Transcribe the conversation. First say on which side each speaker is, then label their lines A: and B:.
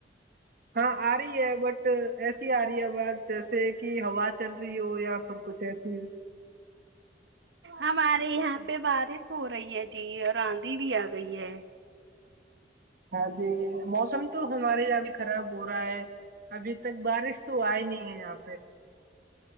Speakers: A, on the right; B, on the right.
A: ہاں آ رہی ہے بٹ ایسی آ رہی ہے بات جیسے کہ ہوا چل رہی ہو یا پھر کچھ ایسی ہو
B: ہمارے یہاں پہ بارش ہو رہی ہے جی اور آندھی بھی آ گئی ہے
A: ہاں ج موسم تو ہمارے یہاں بھی خراب ہو رہا ہے ابھی تک بارش تو آئی نہیں ہے یہاں پہ